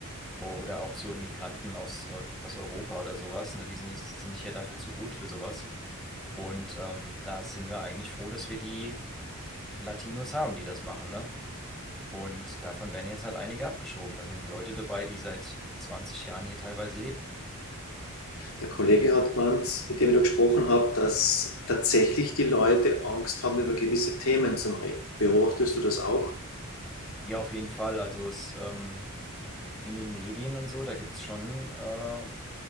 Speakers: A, in the centre; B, on the left.
A: O- Oder auch so Immigranten aus, Eu- aus Europa oder sowas, ne? Die sind, nicht- sind sich ja dafür zu gut für sowas. Und ähm, da sind wir eigentlich froh, dass wir die Latinos haben, die das machen, ne? Und davon werden jetzt halt einige abgeschoben. Da sind Leute dabei, die seit 20 Jahren hier teilweise leben.
B: Der Kollege hat gemeint, mit dem ich da gesprochen habe, dass tatsächlich die Leute Angst haben, über gewisse Themen zu reden. Beobachtest du das auch?
A: Ja, auf jeden Fall. Also es, ähm, in den Medien und so, da gibt es schon äh,